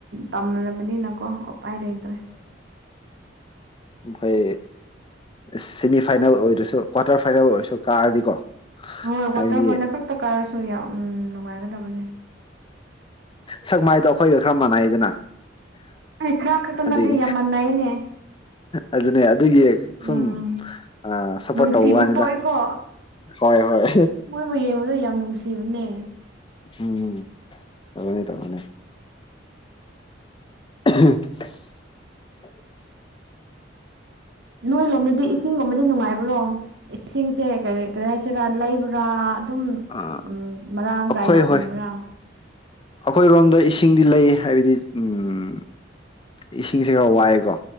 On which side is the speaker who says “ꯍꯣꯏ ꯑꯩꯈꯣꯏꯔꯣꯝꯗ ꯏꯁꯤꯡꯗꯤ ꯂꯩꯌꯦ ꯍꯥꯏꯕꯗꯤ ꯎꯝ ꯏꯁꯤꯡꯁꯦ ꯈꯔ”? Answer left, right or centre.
Left